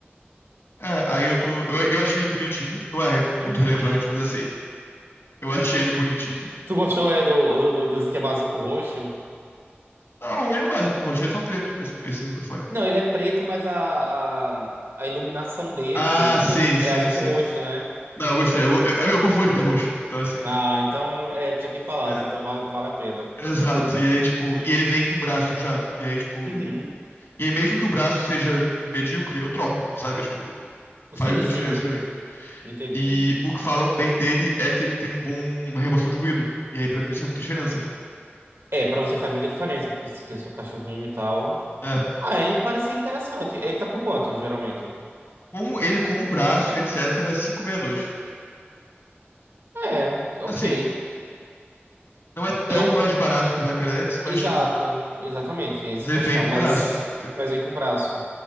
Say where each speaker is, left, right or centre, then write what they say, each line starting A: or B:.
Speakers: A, on the left; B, on the right.
A: É, aí eu tô. Eu, eu achei ele bonitinho. Não é
B: Uhum.
A: muito relevante, mas assim, eu achei ele bonitinho.
B: Tu gostou é, do, do, do esquema azul com roxo?
A: Não, ele não é azul com roxo, ele é só preto, esse, esse microfone.
B: Não, ele é preto, mas a, a, a iluminação dele
A: Ah,
B: dentro
A: sim, sim,
B: é azul
A: sim.
B: com roxo, né?
A: Não, eu gostei. Eu, go- é meu favorito é roxo. Então, assim.
B: Ah, então, é, tu já tinha falado,
A: é,
B: então vale, vale a pena.
A: exato. E aí, tipo.
B: <laughs>
A: E ele vem com o braço já. E aí, tipo.
B: Uhum.
A: E aí, mesmo que o braço seja medíocre, eu troco, sabe? Tipo, faz
B: Sim,
A: muita
B: sim,
A: diferença pra mim.
B: entendi.
A: E o que falam bem dele é que ele tem um bom uma remoção de ruído. E aí, pra mim, isso é muita diferença, né?
B: É, pra você faz muita diferença, porque você tem o seu cachorrinho e tal.
A: É,
B: Ah, é, parece ser interessante. Ele tá por quanto, geralmente?
A: com ele com o braço, etc., dois
B: É, ok.
A: Assim, não é tão
B: É,
A: mais barato que o HyperX, mas,
B: Exato,
A: tipo,
B: exatamente, tem essa
A: mas ele
B: questão,
A: vem com
B: mas,
A: o braço, entendeu?
B: mas vem com o braço.